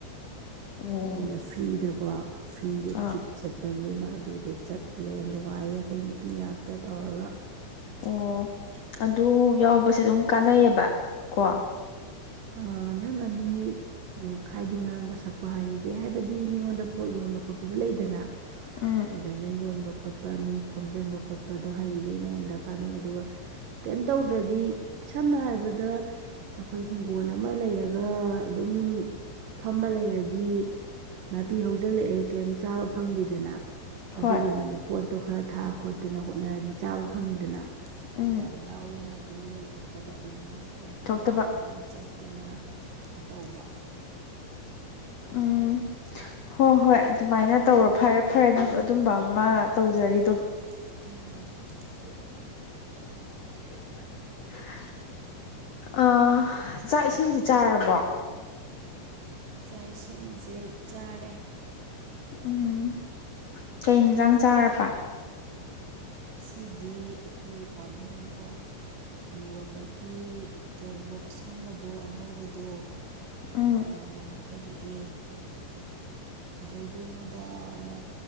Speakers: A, on the left; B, on the right.
A: ꯑꯣ
B: ꯃꯣꯏꯅ ꯐ꯭ꯔꯤꯗꯀꯣ ꯐ꯭ꯔꯤꯗ
A: ꯑꯥ
B: ꯇ꯭ꯔꯤꯞ ꯆꯠ ꯇꯥꯒꯤ ꯑꯃ ꯑꯗꯨꯗꯣ ꯆꯠꯂꯦ ꯅꯨꯡꯉꯥꯏꯌꯦ ꯑꯩꯈꯣꯏ ꯅꯨꯄꯤ ꯉꯥꯛꯇ ꯇꯧꯔꯒ
A: ꯑꯣ ꯑꯗꯨ ꯌꯥꯎꯕꯁꯦ ꯑꯗꯨꯝ ꯀꯥꯟꯅꯩꯌꯦꯕ ꯀꯣ
B: ꯑ ꯅꯪꯅ ꯃꯤ ꯈꯥꯏꯗꯤ ꯉꯥꯡꯕ ꯁꯛꯄ ꯍꯩꯔꯤꯒꯩ ꯍꯥꯏꯕꯗꯤ ꯃꯤꯉꯣꯟꯗ ꯄꯣꯠ ꯌꯣꯟꯕ ꯈꯣꯠꯄꯗꯨ ꯂꯩꯗꯅ
A: ꯎꯝ
B: ꯑꯗꯨꯃꯥꯏꯅ ꯌꯣꯟꯕ ꯈꯣꯠ ꯄꯥ ꯃꯤ ꯈꯣꯝꯖꯤꯟꯕ ꯈꯣꯠꯄꯗꯣ ꯍꯩꯔꯤꯈꯩ ꯅꯉꯣꯟꯗ ꯀꯥꯟꯅꯩ ꯑꯗꯨꯒ ꯀꯩꯝ ꯇꯧꯗ꯭ꯔꯗꯤ ꯁꯝꯅ ꯍꯥꯏꯔꯕꯗ ꯑꯈꯣꯏ ꯍꯤꯡꯒꯣꯜ ꯑꯃ ꯂꯩꯔꯒ ꯑꯗꯨꯝ ꯐꯝꯃ ꯂꯩꯔꯗꯤ ꯅꯥꯄꯤ ꯍꯧꯖꯤꯜꯂꯛꯑꯦ ꯀꯩꯝ ꯆꯥꯕ ꯐꯪꯗꯦꯗꯅ ꯑꯗꯨꯒꯨꯝꯕꯅꯤ
A: ꯍꯣꯏ
B: ꯄꯣꯠꯇꯣ ꯈꯔ ꯊꯥ ꯈꯣꯠꯇꯅ ꯍꯣꯠꯅꯔꯗꯤ ꯆꯥꯕ ꯐꯪꯉꯤꯗꯅ
A: ꯎꯝ
B: ꯌꯥꯎꯔꯦ ꯍꯥꯏ ꯇꯨꯃꯤꯟ ꯂꯩꯊꯣꯛꯇꯕ ꯑꯗꯨꯝ ꯃꯤ ꯈꯔ
A: ꯊꯣꯛꯇꯕ
B: ꯈꯣꯝ ꯈꯣꯠ ꯆꯠꯇꯅ ꯑ ꯇꯧꯕ
A: ꯎꯝ ꯍꯣꯏ ꯍꯣꯏ ꯑꯗꯨꯃꯥꯏꯅ ꯇꯧꯔꯣ ꯐꯔꯦ ꯐꯔꯦ ꯅꯪꯁꯨ ꯑꯗꯨꯝꯕ ꯑꯃ ꯇꯧꯖꯔꯤꯗꯣ
B: ꯎꯝ
A: <unintelligible> <unintelligible> ꯑꯥ ꯆꯥꯛ ꯏꯁꯤꯡꯗꯤ ꯆꯥꯔꯕꯣ
B: ꯆꯥꯛ ꯏꯁꯤꯡꯖꯦ ꯆꯥꯔꯦ
A: ꯎꯝ ꯀꯩ ꯍꯦꯟꯖꯥꯡ ꯆꯥꯔꯕ
B: ꯉꯁꯤꯗꯤ ꯑꯈꯣꯏ ꯄꯥꯕꯨꯡꯅ ꯍꯤꯡꯒꯣꯜꯗꯒꯤ ꯇꯣꯔꯕꯣꯠ ꯑꯁꯪꯕꯗꯣ ꯑꯅꯧꯕꯗꯣ
A: ꯎꯝ
B: ꯑꯃ ꯅꯍꯥꯟ ꯍꯦꯛꯂꯛꯑꯦ ꯑꯗꯥ ꯀꯩꯗꯧꯗꯣꯏꯅꯣꯗꯅ